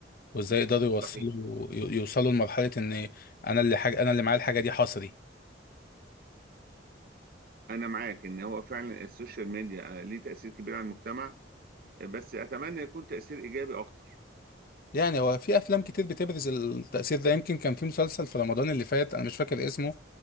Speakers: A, on the left; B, on the right.
A: وإزي يقدروا يوصلوا
B: صحيح
A: ي- يوصلوا لمرحلة إن أنا اللي حاجة أنا اللي معايا الحاجة دي حصري
B: انا معاك ان هو فعلا السوشيال ميديا آه، ليه تاثير كبير على المجتمع آه، بس اتمنى يكون تاثير ايجابي اكتر
A: يعني هو في افلام كتير بتبرز التأثير ده يمكن كان في مسلسل في رمضان اللي فات انا مش فاكر اسمه